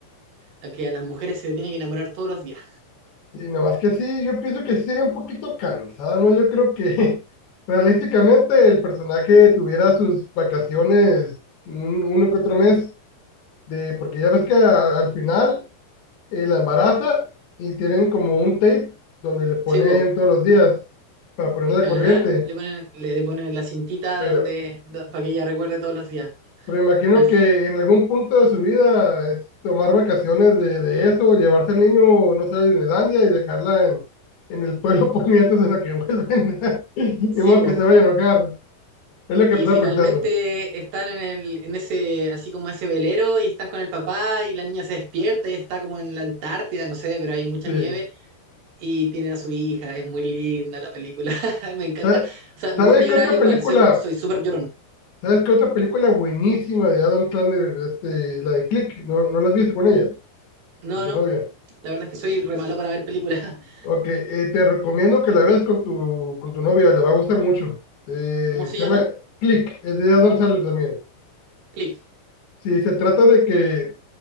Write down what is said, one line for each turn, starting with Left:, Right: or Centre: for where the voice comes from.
Right: a que a las mujeres se le tiene que enamorar todos los días.
Left: sí, nada más que sí, yo pienso que sí sería un poquito cansada, ¿no? Yo creo que <laughs> realísticamente el personaje tuviera sus vacaciones un- uno que otro mes, de, porque ya ves que a- al final eh, la embaraza y tienen como un tape donde le ponen
Right: Sí, po.
Left: todos los días para ponerla la
Right: Ajá,
Left: corriente.
Right: le ponen, le, le ponen la cintita
Left: Pero,
Right: donde, para que ella recuerde todos los días.
Left: pero imagino
Right: Al, f-
Left: que en algún punto de su vida es tomar vacaciones de, de eso, llevarse al niño, no sé, a Disneylandia y dejarla en, en el pueblo <laughs> por nietos en la que vuelven. <laughs> De
Right: sí,
Left: modo
Right: po.
Left: que se vayan a enojar. Es lo que
Right: Y
Left: estaba
Right: finalmente
Left: pensando.
Right: están en el, en ese, así como ese velero, y están con el papá, y la niña se despierta y está como en la Antártida, no sé, pero hay mucha
Left: Sí.
Right: nieve, y tiene a su hija, es muy linda la película, <laughs> me encanta.
Left: Sa-
Right: O sea,
Left: ¿Sabes
Right: me gusta llorar
Left: qué otra
Right: igual,
Left: película?
Right: soy soy súper llorón.
Left: ¿Sabes qué otra película buenísima de Adam Sandler, este, la de Click? ¿No, no la has visto con ella,
Right: No,
Left: con tu
Right: no,
Left: novia?
Right: la verdad es que soy re malo para ver películas. <laughs>
Left: Ok, eh, te recomiendo que la veas con tu, con tu novia, le va a gustar mucho. Eh,
Right: ¿Cómo se
Left: se
Right: llama?
Left: llama Click, es de Adam Sandler también.
Right: Click.
Left: Sí, se trata de que,